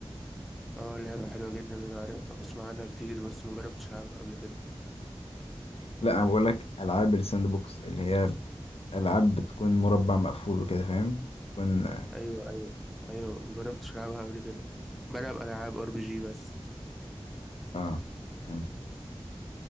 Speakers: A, in the centre; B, on the left.
A: اه لعبة <laughs> حلوة جدا انا عارفها بسمع عنها كتير بس ما جربتش العبها قبل كده
B: لا أنا بقولك ألعاب الساند بوكس اللي هي ألعاب بتكون مربع مقفول وكده فاهم بتكون
A: ايوه ايوه ايوه ما جربتش العبها قبل كده بلعب العاب ار بي جي بس
B: آه فهمت